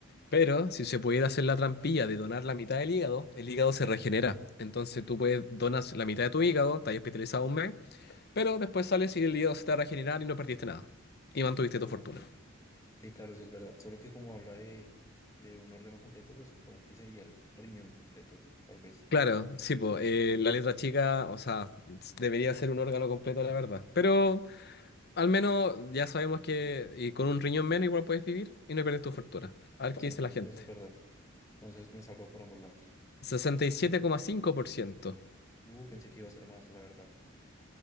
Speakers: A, on the left; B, on the left.
A: Pero si se pudiera hacer la trampilla de donar la mitad del hígado, el hígado se regenera. Entonces tú puedes donas la mitad de tu hígado, estás hospitalizado un mes. Pero después sales y el hígado se te va a regenerar y no perdiste nada. Y mantuviste
B: O
A: tu fortuna.
B: Sí, claro, eso es verdad. Solo que como habla de, de un órgano completo, pues supongo que sería el riñón completo, tal vez.
A: Claro, sí, pues la letra chica, o sea, s- debería ser un órgano completo, la verdad. Pero al menos ya sabemos que y con un riñón menos igual puedes vivir y no pierdes tu fortuna. A ver
B: Sí,
A: qué dice la gente.
B: eso es verdad. Entonces, me salvo por ambos lados.
A: 67,5%.
B: <laughs> Uh, pensé que iba a ser más, la verdad.